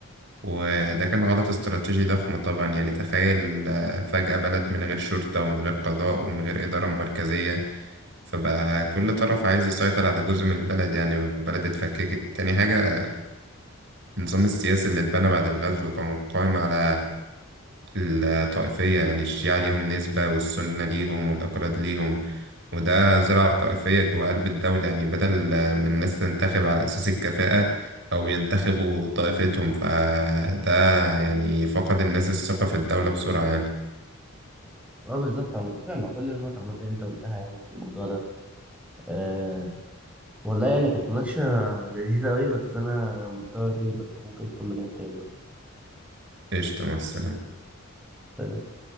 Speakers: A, on the right; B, in the centre.
A: وده كان غلط استراتيجي ضخم طبعا يعني تخيل آه، فجأة بلد من غير شرطة ومن غير قضاء ومن غير إدارة مركزية فبقى كل طرف عايز يسيطر على جزء من البلد يعني والبلد اتفككت تاني حاجة النظام السياسي اللي اتبنى بعد الغزو كان قائم على الطائفية يعني الشيعة ليهم نسبة والسنة ليهم والأكراد ليهم وده زرع طائفية جوا قلب الدولة يعني بدل ما الناس تنتخب على أساس الكفاءة أو ينتخبوا طائفتهم فده يعني فقد الناس الثقة في الدولة بسرعة يعني
B: اه بالظبط انا متفق مع كل النقط عامه اللي انت قلتها يعني في الموضوع ده آه والله يعني كانت مناقشه لذيذه قوي بس انا مضطر اجي دلوقتي ممكن نكمل يوم تاني بقى.
A: قشطة مع السلامة
B: سلام